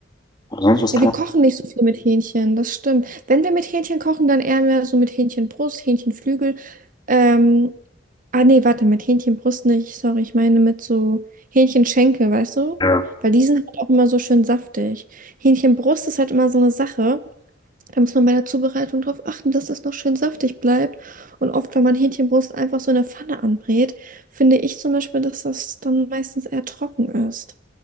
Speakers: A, on the left; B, on the right.
A: Aber sonst, was
B: Ja,
A: kann
B: wir
A: man.
B: kochen nicht so viel mit Hähnchen, das stimmt. Wenn wir mit Hähnchen kochen, dann eher mehr so mit Hähnchenbrust, Hähnchenflügel. Ähm, ah nee, warte, mit Hähnchenbrust nicht, sorry, ich meine mit so Hähnchenschenkel, weißt du?
A: Ja.
B: Weil die sind halt auch immer so schön saftig. Hähnchenbrust ist halt immer so eine Sache. Da muss man bei der Zubereitung drauf achten, dass das noch schön saftig bleibt. Und oft, wenn man Hähnchenbrust einfach so in der Pfanne anbrät, finde ich zum Beispiel, dass das dann meistens eher trocken ist.